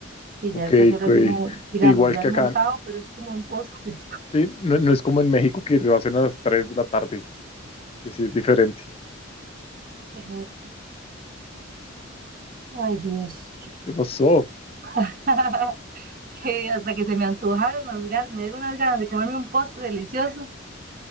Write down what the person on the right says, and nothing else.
Sí,
ya a estas horas
uno, digamos,
ya
ha almorzado,
pero es como un postre.
Exacto, Ay, Dios.
<laughs> Que hasta que se me antojaron las ganas, me dieron unas ganas de comerme un postre delicioso.